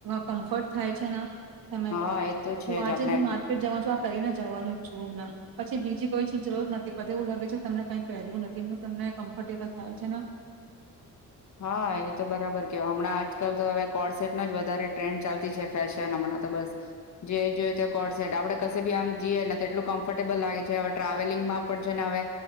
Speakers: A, on the right; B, on the left.
A: કમ્ફર્ટ થાય છે ને તમે
B: હા
A: જો
B: એ તો છે
A: હું આજે
B: જ આપણે
A: બી માર્કેટ જવા છું આપ કરીને જવાનું ઈચ્છું હુણમણા પછી બીજી કોઈ ચિ જરૂર નથી પ એવું લાગે છે તમને કઈ પહેરવું નથી તમને કમ્ફર્ટેબલ થાય છે ને
B: હા એ તો બરાબર કેવ હમણાં આજ આજકાલ તો હવે કોડસેટ ન જ વધારે ટ્રેન્ડ ચાલતી છે ફેશન હમણાં તો બસ જે જોઈએ તે કોડસેટ આપણે કશે બી આમ જઈએ ને તો એટલું કમ્ફર્ટેબલ લાગે છે હવે ટ્રાવેલિંગમાં પણ છે ને હવે